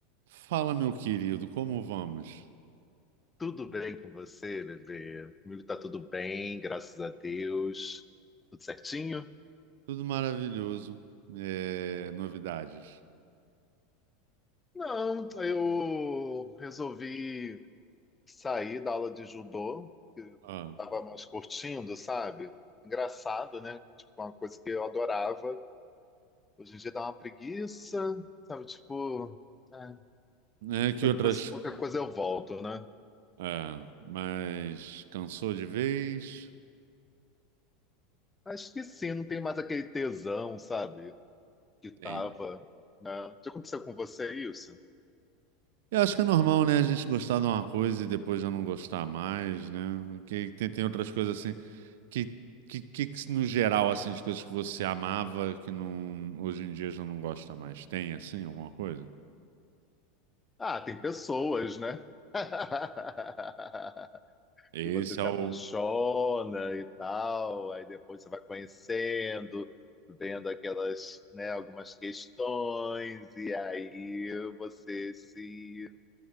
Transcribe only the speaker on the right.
Fala, meu querido, como vamos?
Tudo maravilhoso. É, novidades.
Ah,
é, que
outras.
É, mas cansou de vez?
Tem.
Eu acho que é normal, né? A gente gostar de uma coisa e depois já não gostar mais, né? Que tem, tem outras coisas assim. Que, que, que, que, no geral, assim, de coisas que você amava que não, hoje em dia já não gosta mais? Tem, assim, alguma coisa?
Esse
é o.